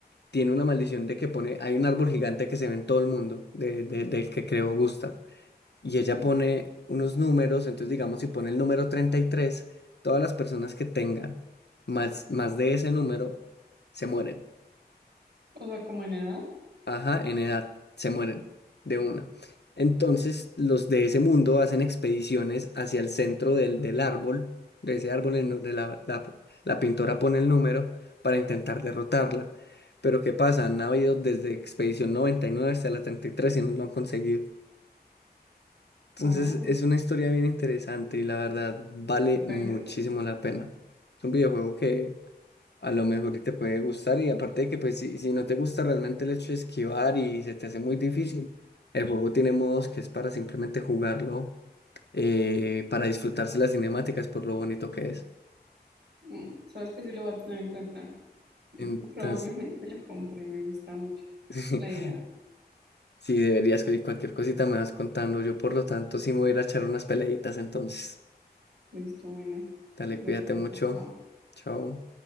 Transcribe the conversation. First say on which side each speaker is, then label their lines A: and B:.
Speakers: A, on the left; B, on the right.
A: tiene una maldición de que pone, hay un árbol gigante que se ve en todo el mundo, de- de- del que creó Gustav, y ella
B: sí.
A: pone unos números, entonces digamos, si pone el número treinta y tres todas las personas que tengan más, más de ese número se mueren.
B: O sea, como en edad.
A: Ajá, en edad se mueren de una. Entonces, los de ese mundo hacen expediciones hacia el centro del, del árbol, de ese árbol en donde la, la- la pintora pone el número para intentar derrotarla. Pero ¿qué pasa? Han habido desde expedición 99 hasta la 33 y tres y no lo han conseguido.
B: Wow,
A: Entonces, es una historia bien interesante y la verdad vale
B: súper
A: muchísimo
B: interesante.
A: la pena. Es un videojuego a lo mejor y te puede gustar y aparte de que pues si, si no te gusta realmente el hecho de esquivar y se te hace muy difícil, el juego tiene modos que es para simplemente jugarlo, eh, para disfrutarse las cinemáticas por lo bonito que es.
B: Mm, Sabes que sí lo voy a tener en cuenta. <laughs>
A: Entonces,
B: Probablemente lo compre, me gusta mucho
A: <laughs>
B: la idea.
A: si deberías y cualquier cosita me vas contando, yo por lo tanto sí me voy a ir a echar unas peleitas entonces.
B: Listo, bueno.
A: Dale,
B: Que lo
A: cuídate
B: disfrutes,
A: mucho.
B: chao.
A: Chao.